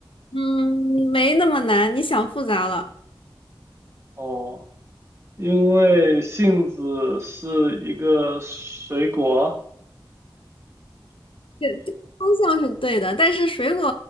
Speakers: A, on the left (about 80°); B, on the right (about 30°).
A: 嗯，没那么难，你想复杂了。
B: 哦，因为杏子是一个水果，
A: 这对方向是对的，但是水果